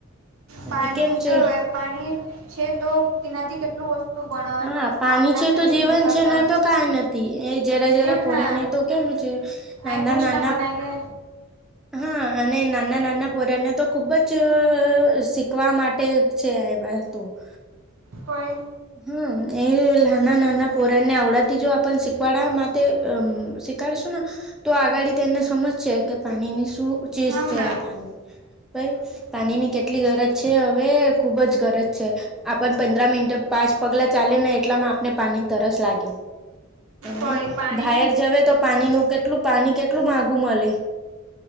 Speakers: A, in the centre; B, on the right (about 75°).
A: અને
B: પાણી
A: કેમ છે
B: જો પાણી છે તો તેનાથી કેટલું વસ્તુ બણત
A: હા પાણી
B: આપના
A: છે
B: શરીરને
A: તો જીવન
B: કરતા
A: છે ને તો કઈ નથી એ જરા જરા
B: તેના
A: પોરાને તો કેમ નાના
B: આ ઘોષણા
A: નાના
B: બનાયલે
A: હા અને નાના નાના પોર્યાને તો ખુબ જ અહહ શીખવા માટે છે એવા તો <unintelligible>
B: કોઈ
A: હમ એ નાના નાના પોરા ને આવડતી જો આપણને શીખવાડવા માટે અહહ શીખડશું તો આગળ તેને સમજશે કે પાણી ની શું ચીજ
B: હવ
A: છે
B: ના
A: આ પાણી ભાઈ પાણીની કેટલી ગરજ છે હવે ખુબ જ ગરજ છે આપણ પંદ્ર મિનટ પાંચ પગલા ચલેને એટલામાં આપને પાણી તરસ લાગે અને
B: કોઈ પાણી
A: બાયર જવે તો પાણી ન કેટલું પાણી કેટલું માગ મલે